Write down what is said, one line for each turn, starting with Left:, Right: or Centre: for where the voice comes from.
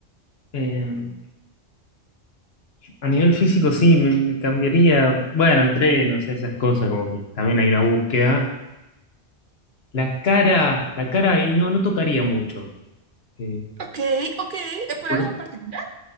Left: Eh, a nivel físico sí, me, me cambiaría, bueno, entrenos, esas cosas, como que también hay una búsqueda La cara, la cara ahí no, no tocaría mucho. Eh,
Right: Ok, ok. ¿Es por
Left: por-
Right: algo en particular?